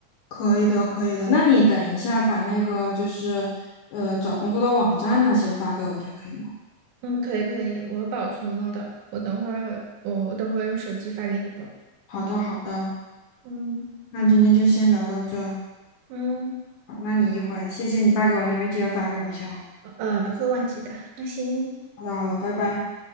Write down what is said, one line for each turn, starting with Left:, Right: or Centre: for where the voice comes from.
Left: 可以的，可以的。那你等一下把那个就是呃找工作的网站那些发给我一下，可以吗？
Right: 嗯，可以可以，我保存了的，我等会儿我等会儿用手机发给你吧。
Left: 好的，好的。
Right: 嗯
Left: 那今天就先聊到这。
Right: 嗯，
Left: 好，那你一会儿谢谢你发给我，你一会儿记得发给我一下哦。
Right: 呃，不会忘记的，放心，
Left: 好的，好了，拜拜。